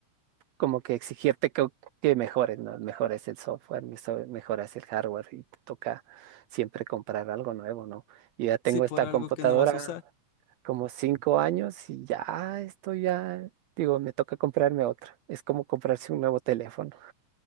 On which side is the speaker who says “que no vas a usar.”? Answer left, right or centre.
Left